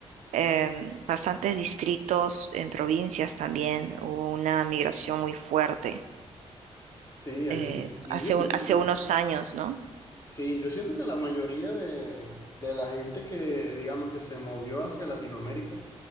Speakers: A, on the right; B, on the left.
A: em, bastantes distritos en provincias también. Hubo una migración muy fuerte
B: Sí, aquí,
A: eh,
B: aquí
A: hace
B: yo siento
A: un- hace
B: que,
A: unos años, ¿no?
B: sí, yo siento que la mayoría de, de la gente que, digamos, que se movió hacia Latinoamérica